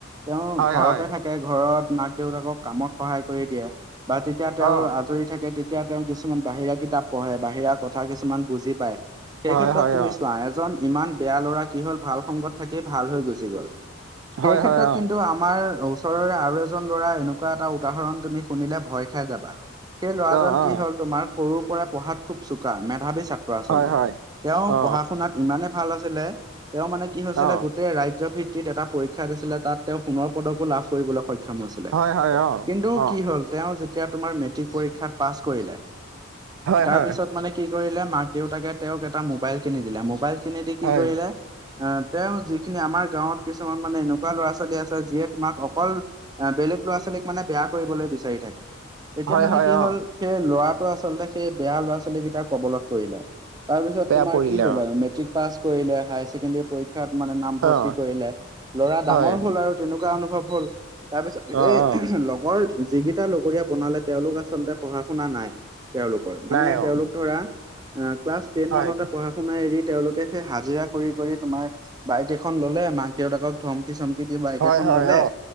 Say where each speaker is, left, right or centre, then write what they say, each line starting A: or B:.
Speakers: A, on the right; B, on the right.
A: তেওঁ
B: হয়
A: ঘৰতে
B: হয়
A: থাকে ঘৰত মাক দেউতাকক কামত সহায় কৰি দিয়ে বা তে- তিয়া তেওঁৰ
B: অ
A: আজৰি থাকে তেতিয়া তেওঁ কিছুমান বাহিৰা কিতাপ পঢ়ে বাহিৰা কথা কিছুমান বুজি পায়। সেই
B: হয়
A: ক্ষেত্ৰত
B: হয়
A: তুমি
B: অ
A: চোৱা এজন ইমান বেয়া ল'ৰা কি হল ভাল সংগত - থাকি ভাল হৈ গুচি গ'ল,
B: হয়
A: সেই ক্ষেত্ৰত
B: হয় অ
A: কিন্তু আমাৰ ওচ ওচৰৰে আৰু এজন ল'ৰা এনেকুৱা এটা উদাহৰণ তুমি শুনিলে ভয় খাই যাবা। সেই ল'ৰাজন
B: অ অ
A: কি হল তোমাৰ সৰুৰ পৰাই পঢ়াত খুব চোকা মেধাৱী ছাত্ ত্ৰ আচলতে,
B: হয় হয়
A: তেওঁ
B: অ অ
A: পঢ়া শুনাত - ইমানে ভাল আছিলে তেওঁ মানে কি হৈছিলে
B: অ
A: গোটেই ৰাজ্য ভিত ক্তিত এটা পৰীক্ষা দিছিলে তাত তেওঁ সোণৰ পদকো লাভ কৰিবলৈ সক্ষম হৈছিলে,
B: হয় হয় অ
A: কিন্তু -
B: অ
A: কি হ'ল তেওঁ যেতিয়া তোমাৰ মেট্ৰিক পৰীক্ষাত পাছ কৰিলে,
B: হয়
A: তাৰপিছত
B: হয়
A: - মানে কি কৰিলে মাক দেউতাকে তেওঁক এটা মোবাইল কিনি দিলে মোবাইল কিনি দি কি
B: হয়
A: কৰিলে - আহ তেওঁ যিখিনি আমাৰ গাঁৱত কিছুমান মানে এনেকুৱা ল'ৰা ছোৱালী আছে যিয়ে তোমাক অকল - আহ বেলেগ ল'ৰা ছোৱালীক মানে বেয়া কৰিবলৈ বিচাৰি থাকে, এতিয়া
B: হয়
A: মানে
B: হয়
A: কি হল
B: অ
A: - সেই ল'ৰাটো আচলতে সেই বেয়া ল'ৰা ছোৱালী কেইটাৰ কবলত পৰিলে। তাৰপিছত
B: বেয়া
A: তোমাৰ
B: পৰিলে
A: কি হ'ল
B: অ
A: আৰু মেট্ৰিক পাছ কৰিলে হাই - ছেকেণ্ডেৰী পৰীক্ষাত মানে নামভৰ্তি
B: অ
A: কৰিলে, ল'ৰা ডাঙৰ
B: হয়
A: হল আৰু তেনেকোৱা অনুভৱ হল তাৰপিছত
B: অ
A: সেই
B: অ
A: লগৰ - যি কিটা লগৰীয়া বনালে তেওঁলোক আচলতে পঢ়া শুনা নাই তেওঁলোক - ৰ মানে
B: নাই অ
A: তেওঁলোক ধৰা ক্লাছ টেন
B: হয়
A: মানতে পঢ়া - শুনাই এৰি তেওঁলোকে সেই হাজিৰা কৰি কৰি তোমাৰ বাইক এখন ললে মাক দেউতাকক - ধমকি চমকি দি বাইক
B: হয়
A: এখন
B: হয়
A: ললে
B: অ